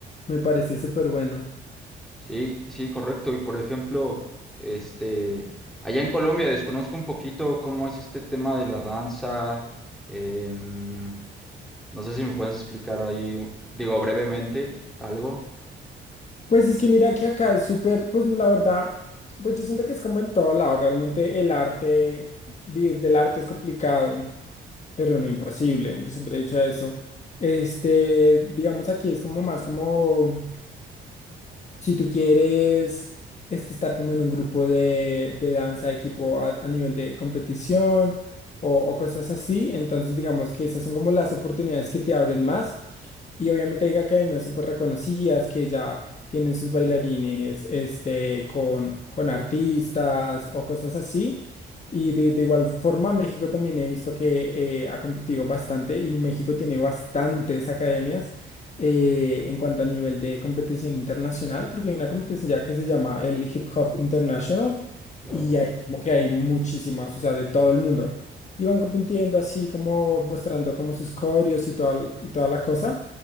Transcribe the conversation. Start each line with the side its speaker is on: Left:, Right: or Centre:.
Left: me parece súper bueno.
Centre: Sí, sí, correcto. Y por ejemplo, este, allá en Colombia desconozco un poquito cómo es este tema de la danza. em, no sé si me puedes explicar ahí, digo, brevemente algo.
Left: Pues es que mira que acá es súper, pues la verdad, pues yo siento que es como en todo lado, realmente el arte, vivir del arte es complicado. pero no imposible. Yo siempre he dicho eso. Este, digamos, aquí es como más como, si tú quieres este, estar como en un grupo de, de danza, equipo a, a nivel de competición o, o cosas así, entonces digamos que esas son como las oportunidades que te abren más. Y obviamente hay academias súper reconocidas que ya tienen sus bailarines este, con, con artistas o cosas así. Y de, de igual forma, México también he visto que eh, ha competido bastante y México tiene bastantes academias eh, en cuanto a nivel de competición internacional, porque hay una competición ya que se llama el Hip Hop International
Centre: Claro,
Left: y hay como que hay muchísimas, o sea, de todo el mundo. Y van compitiendo así como mostrando como sus coreos y toda, y toda la cosa.